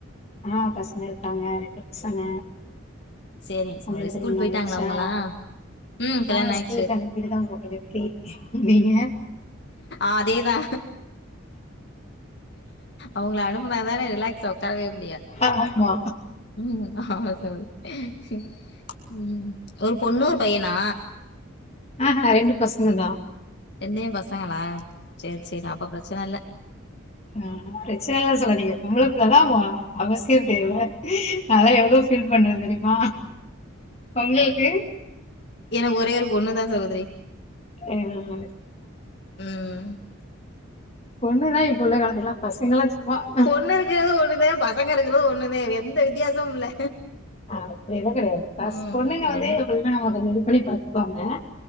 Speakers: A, on the left; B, on the left.
A: ஆஹ் பசங்க இருக்காங்க ரெண்டு பசங்க
B: செரி
A: உங்களுக்கு
B: சாரி
A: திருமணம்
B: ஸ்கூல் போயிட்டாங்களா
A: ஆயிடுச்சா
B: அவங்கல்லா உம் கல்யாண
A: ஆ
B: ஆய்ட்ச்சு
A: ஸ்கூலுக்கு அனுப்பிட்டு தான் இப்போ கொஞ்சம் ஃப்ரீ நீங்க
B: அதேதா அவங்கள அனு ப்னா தானே ரிலாக்ஸா உட்காரவே முடியு
A: ஆமா
B: உம் ஆமா சகோத்ரி உம் ஒரு பொண்ணு ஒரு பையனா
A: ஆஹே ரெண்டு பசங்க தா
B: ரெண்டையு பசங்களா சேரி சேரி அப்ப பிரச்சன இல்ல
A: ம் ஹும் பிரச்சன இல்லன் சொல்லாதிங்க பொம்பள புள்ள தா வ அவசியோ தேவ நா எல்லா எவ்ளோவு பீல் பண்றே தெரியுமா உங்களுக்கு
B: எனக்கு ஒரே ஒரு பொண்ணுதா சகோதரி
A: உம் <inaudible>
B: ம்
A: பொண்ணுதா இப்புள்ள காலத்துல எல்லா பசங்கல்லா சும்மா <inaudible>
B: பொண்ணு இருக்கிறது ஒண்ணுதே பசங்க இருக்கிறது ஒண்ணுதே எந்த வித்தியாசமு இல்ல
A: அப்டிலா கிடையாது பஸ்
B: ம்
A: பொண்ணுங்க வந்து
B: ரெண்
A: எப்பலுமே <unintelligible> கொஞ்சோ இது பண்ணி பாத் துப்பாங்க